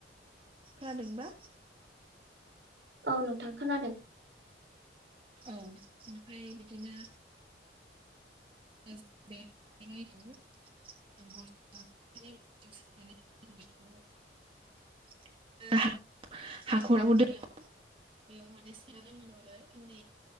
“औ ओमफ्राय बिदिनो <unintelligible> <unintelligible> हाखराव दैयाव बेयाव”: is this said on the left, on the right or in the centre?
Right